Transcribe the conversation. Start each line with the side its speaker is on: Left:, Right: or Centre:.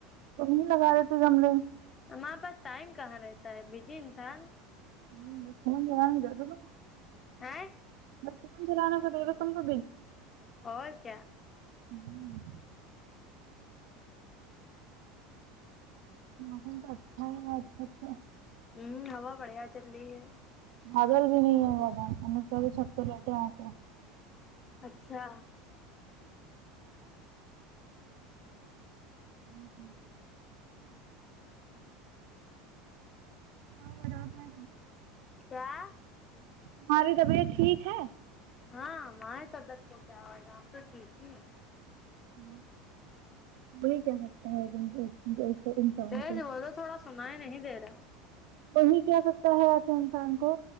Right: تم نہیں لگادیتے گملے
Left: ہمارے پاس ٹائم کہاں رہتا ہے بزی انسان
Right: <unintelligible>
Left: آئیں
Right: حکم چلانا تم تو
Left: اور کیا
Right: <inaudible> ہ موسم تو اچھا ہی ہے آج تک تو
Left: ہوں ہوا بڑھیا چلی ہے
Right: بادل بھی نہیں ہے زیادہ ہم اس واسطے چھت پے لیٹے ہے آکے
Left: اچھا
Right: ہمم ہاں وہ لاپیں تب بھی
Left: کیا
Right: تمہاری طبیعت ٹھیک ہے
Left: ہاں ہماری طبیعت کو کیا ہوئیگا ہم تو ٹھیک ہی ہے
Right: ہ وہی کیا لگتا ہے <unintelligible> جیسے انسان
Left: تیز
Right: کو
Left: بولو تھوڑا سنائی نہیں دے رہا
Right: تم ہی کہے سکتے ہو ایسے انسان کو